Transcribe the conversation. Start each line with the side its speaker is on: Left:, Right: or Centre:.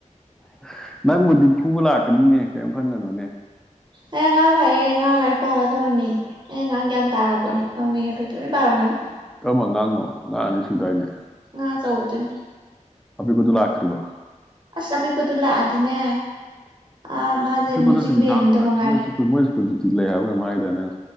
Centre: <unintelligible> ꯅꯪꯕꯨꯗꯤ ꯐꯨꯕ ꯂꯥꯛꯀꯅꯤꯅꯦ ꯀꯔꯤꯝ ꯈꯟꯒꯅꯨꯅꯦ
Right: ꯑꯩ ꯑꯉꯥꯡ ꯂꯥꯛꯑꯦ ꯑꯉꯥꯡ ꯂꯥꯏꯔꯤꯛ ꯄꯥꯒꯗꯧꯕ ꯃꯤ ꯑꯩ ꯑꯉꯥꯡ ꯒ꯭ꯌꯥꯟ ꯇꯥꯒ꯭ꯔꯥ ꯄꯣꯠꯅꯤ ꯂꯝꯒ ꯍꯦꯟꯂꯣꯏ ꯇꯨꯃꯤꯟ ꯄꯥꯔꯝꯒꯅꯤ
Centre: ꯀꯔꯝꯕ ꯑꯉꯥꯡꯅꯣ ꯑꯉꯥꯡ ꯑꯅꯤ ꯁꯨꯗꯥꯏꯅꯦ
Right: ꯑꯉꯥꯡ ꯑꯆꯧꯕꯗꯨꯅꯤ
Centre: ꯑꯄꯤꯛꯄꯗꯨ ꯂꯥꯛꯇꯔꯤꯕꯣ
Right: ꯑꯁ ꯑꯄꯤꯛꯄꯗꯣ ꯂꯥꯛꯑꯗꯤꯅꯦ ꯑ ꯃꯥꯖꯦ
Centre: ꯑꯄꯤꯛꯄꯗꯣ
Right: ꯃ꯭ꯌꯨꯖꯤꯛ
Centre: ꯁꯨꯇꯤ
Right: ꯕꯦꯟꯗꯨ
Centre: ꯊꯥꯗ꯭ꯔꯣ ꯉꯁꯤ
Right: ꯃꯉꯥꯏꯔꯦ
Centre: ꯃꯣꯏ ꯁ꯭ꯀꯨꯜ ꯃꯣꯏ ꯁ꯭ꯀꯨꯜ ꯁꯨꯇꯤ ꯂꯩ ꯍꯥꯏꯕ꯭ꯔꯥ ꯀꯩꯅꯣꯝ ꯍꯥꯏꯒꯤꯗꯥꯏꯅꯦ